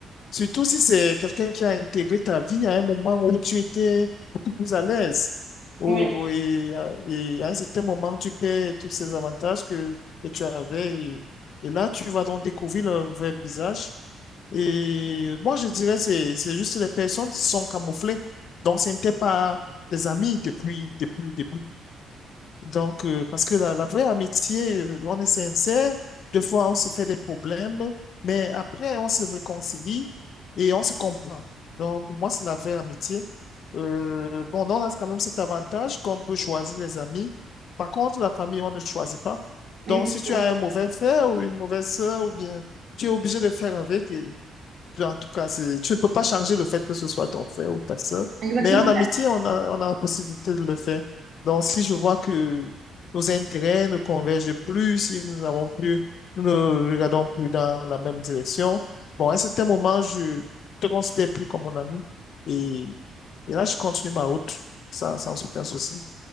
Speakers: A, on the left; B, on the right.
A: Surtout si c'est quelqu'un qui a intégré ta vie à un moment où tu étais beaucoup plus à l'aise. Ou-
B: oui,
A: et, à- et à un certain moment, tu perds tous ces avantages que, que tu avais. Et, et là, tu vas donc découvrir leur vrai visage. Et moi, je dirais c'est c'est juste les personnes qui sont camouflées. Donc, ce n'étaient pas des amis depuis, depuis le début. Donc, euh, parce que la, la vraie amitié, euh, on est sincère. Des fois, on se fait des problèmes, mais après, on se réconcilie et on se comprend. Donc, pour moi, c'est la vraie amitié. Euh, bon, on a quand même cet avantage qu'on peut choisir les amis. Par contre, la famille, on ne choisit pas.
B: exactement.
A: Donc, si tu as un mauvais frère ou une mauvaise sœur, ou bien tu es obligé de faire avec. et- en tout cas, c'est- tu ne peux pas changer le fait que ce soit ton frère ou ta sœur.
B: Exactement.
A: Mais en amitié, on a, on a la possibilité de le faire. Donc, si je vois que nos intérêts ne convergent plus, si nous n'avons plus, nous ne regardons plus dans la même direction, bon, à un certain moment, je te considère plus comme mon ami. Et, et là, je continue ma route sans, sans aucun souci.